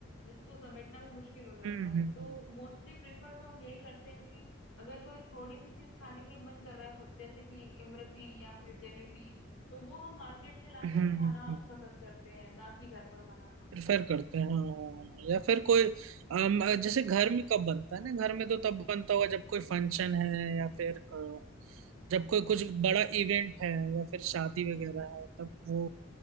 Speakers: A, on the left; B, on the right.
A: जिसको समेटना भी मुश्किल हो जाता
B: हम्म
A: है
B: हम्म
A: तो मोस्टली प्रेफर तो हम यही करते हैं कि अगर कोई थोड़ी सी चीज खाने की मन कर रहा है जैसे कि इमरती या फिर जलेबी तो वो हम मार्केट से लाकर
B: हम्म
A: ही खाना
B: हम्म
A: पसंद करते हैं ना कि घर पर बनाना
B: प्रेफर करते हैं हाँ हाँ, हाँ। या फिर कोई अम, जैसे घर में कब बनता है ना घर में तो तब बनता होगा जब कोई फंक्शन है या फिर अ, जब कोई कुछ बड़ा इवेंट है या फिर शादी वगैरह है तब वो